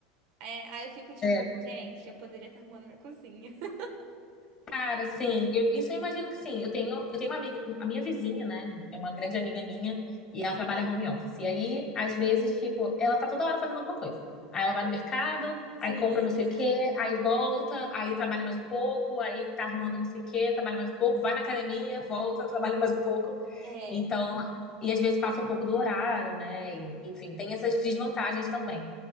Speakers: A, on the right; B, on the left.
A: é, aí eu fico tipo,
B: É.
A: gente, eu poderia estar arrumando minha cozinha. <laughs>
B: Cara, sim, eu- isso eu imagino que sim. Eu tenho, eu tenho uma amiga, a minha vizinha, né? É uma grande amiga minha e ela trabalha home office. E aí, às vezes, tipo, ela tá toda hora fazendo alguma coisa. Aí ela vai no mercado,
A: Sim.
B: aí compra não sei o quê, aí volta, aí trabalha mais um pouco, aí tá arrumando não sei o quê, trabalha mais um pouco, vai na academia, volta, <laughs> trabalha mais um pouco.
A: É,
B: Então, e às vezes passa um pouco do horário, né? E, enfim, tem essas desvantagens também.